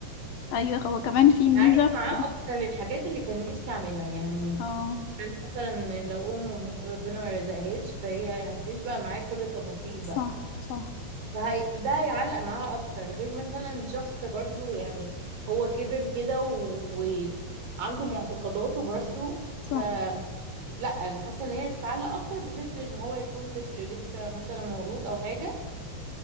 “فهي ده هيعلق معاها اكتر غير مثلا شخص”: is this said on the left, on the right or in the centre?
Right